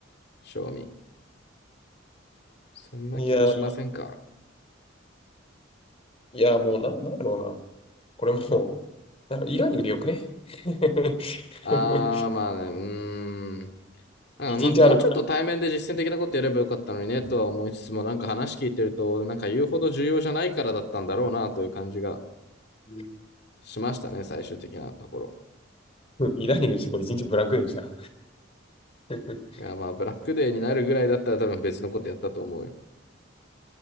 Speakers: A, on the left; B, on the left.
A: 正味。そんな気はしませんか
B: いやー、いやーもうな、なんやろうな。これもう、なんかイラーニングでよくね。<laughs>
A: あー、まあね、うーん。あー、
B: 一日あの、
A: まあ、もうちょっと対面で実践的なことやればよかったのにね、とは思いつつも、なんか話聞いてると、なんか言うほど重要じゃないからだったんだろうな、という感じが
B: うん
A: しましたね、最終的なところ。
B: イラーニングにしてこれ一日ブランクでしたら。<laughs>
A: いや、まあ、ブラックデーになるぐらいだったら多分別のことやったと思うよ。